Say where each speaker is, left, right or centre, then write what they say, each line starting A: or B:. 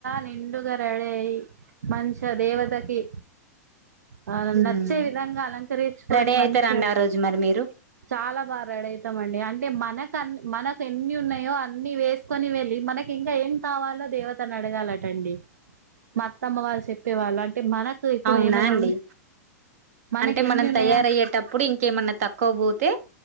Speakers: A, on the right; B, on the right.
A: నిండుగా రడై మంచి దేవతకి ఆ
B: ఉమ్
A: నచ్చే విధంగా అలంకరించుకొని
B: రెడీ అయితారండి
A: మంచి
B: ఆ రోజు మరి మీరు
A: చాలా బాగా రడయితామండి అంటే మన మన ఎన్ని ఉన్నాయో అన్ని వేసుకొని వెళ్ళి మనకి ఇంకా ఏం కావాలో దేవతను అడగాలటండి మా అత్తమ్మ వాళ్ళు చెప్పేవాళ్ళు అంటే మనకు ఇప్పుడు
B: అవునా
A: ఏమైనా
B: అండి
A: ఉ మనకి
B: అంటే
A: ఎన్ని
B: మనం
A: ఉన్నాయా
B: తయారయ్యేటప్పుడు ఇంకేమన్నా తక్కువ పోతే